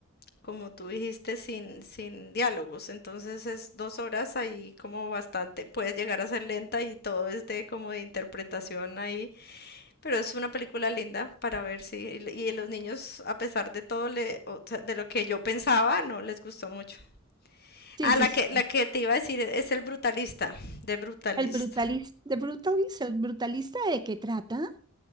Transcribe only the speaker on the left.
como tú dijiste, sin, sin diálogos. Entonces es dos horas ahí como bastante, puede llegar a ser lenta y todo es de como de interpretación ahí. Pero es una película linda para ver, sí. Y, y los niños, a pesar de todo, le, o sea, de lo que yo pensaba, no les gustó mucho.
Ah,
la
que, la que te iba a decir es El Brutalista, de Brutalist.